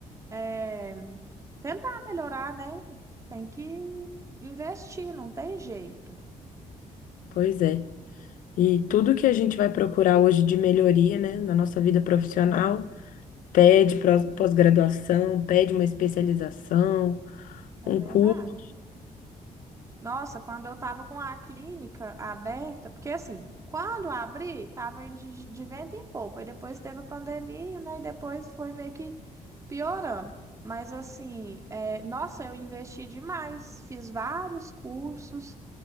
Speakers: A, on the right; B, on the left.
A: é, tentar melhorar, né? Tem que investir, não tem jeito.
B: Pois é. E tudo que a gente vai procurar hoje de melhoria, né, na nossa vida profissional. pede pró- pós-graduação, pede uma especialização, um
A: É verdade.
B: curso.
A: Nossa, quando eu estava com a clínica aberta, porque assim, quando abri, estava indo de, de vento em popa, e depois teve a pandemia, né? E depois foi meio que piorando. Mas assim, é, nossa, eu investi demais, fiz vários cursos,